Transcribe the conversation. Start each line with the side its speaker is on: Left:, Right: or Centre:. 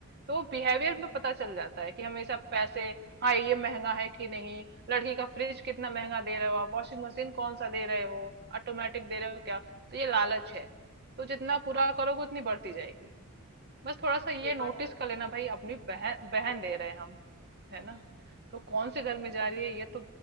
Right: तो बिहेवियर
Left: हम्म,
Right: में पता चल जाता है कि हमेशा पैसे हाँ ये महंगा है कि नहीं लड़की का फ्रिज कितना महंगा दे रहे हो आप वॉशिंग मशीन कौन सा दे रहे हो ऑटोमेटिक दे रहे हो क्या तो ये लालच है तो जितना पूरा करोगे उतनी बढ़ती जाएगी बस थोड़ा सा ये
Left: ये
Right: नोटिस
Left: बात तो
Right: कर लेना भाई अपनी बहन बहन दे रहे हैं हम है ना तो कौन से घर
Left: हम्म,
Right: में जा रही है ये तो